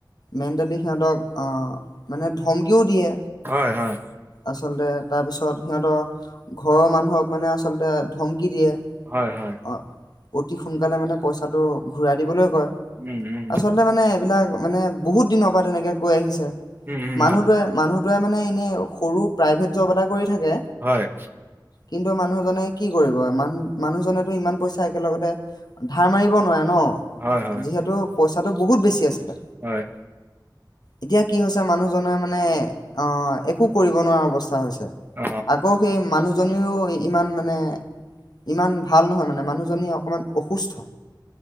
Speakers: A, on the left (about 60°); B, on the right (about 25°).
A: মেণ্টেলি সিহঁতক অ'- মানে ধমকিও দিয়ে।
B: হয় - হয়।
A: আচলতে তাৰপিছত সিহঁতৰ ঘৰৰ মানুহক মানে আচ আচলতে ধমকি দিয়ে।
B: হয় হয়
A: অ'- অতি সোনকালে মানে পইচাটো ঘূৰাই দিবলৈ কয়।
B: উম উম
A: আচলতে মানে এইবিলাক মানে বহুত দিনৰ পৰা তেনেকে কৈ আহিছে।
B: উম উম
A: মানুহটোৱে- মানুহটোৱে মানে এনে সৰু প্ৰাইভেট জ'ব এটা কৰি থাকে।
B: হয়
A: কিন্তু মানুহ সেই কি কৰিব ইমান মান মানুহজনেটো ইমান পইচা একেলগতে ধাৰ মাৰিব নোৱাৰে ন'।
B: হয় হয়
A: যিহেতু পইচাটো বহুত বেছি আছিলে।
B: হয়
A: এতিয়া কি হৈছে মানুহজনৰ মানে অ'- একো কৰিব নোৱাৰা অৱস্থা হৈছে।
B: অ
A: আকৌ সেই মানুহজনীও ইমান মানে ইমান ভাল নহয় মানে। মানুহ জনী অকমান অসুস্থ।